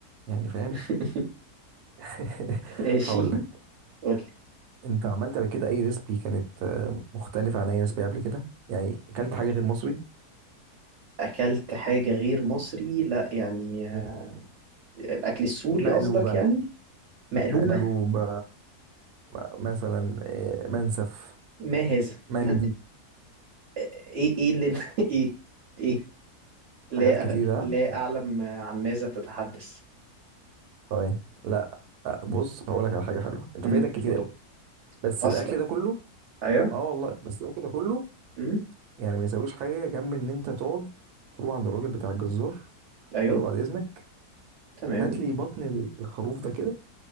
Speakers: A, on the right; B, on the right.
A: يعني فاهم
B: <laughs>
A: <laughs>
B: ماشي
A: هقول لك
B: قول لي
A: انت عملت قبل كده اي ريسبي كانت آه، مختلفه عن اي ريسبي قبل كده يعني اكلت حاجه غير مصري
B: اكلت حاجة غير مصري لا يعني آه،
A: مم.
B: الاكل السوري
A: مقلوبه
B: قصدك يعني مقلوبة
A: مقلوبه م- مثلا آه، منسف
B: ما هذا
A: مندي
B: من... ايه ايه اللي انت <laughs> ايه ايه لا
A: حاجات كتيره
B: لا اعلم عن ماذا تتحدث
A: طيب لا لا، بص هقول لك على حاجه حلوه انت
B: امم
A: فايتك كتير
B: قول
A: قوي
B: لي
A: بس
B: اصلا
A: الاكل ده كله
B: ايوه
A: اه والله بس الاكل ده كله
B: امم
A: يعني ما يساويش حاجه جنب ان انت تقعد تروح عند الراجل بتاع الجزار
B: ايوه
A: تقول له بعد اذنك
B: تمام
A: هات لي بطن ال- الخروف ده كده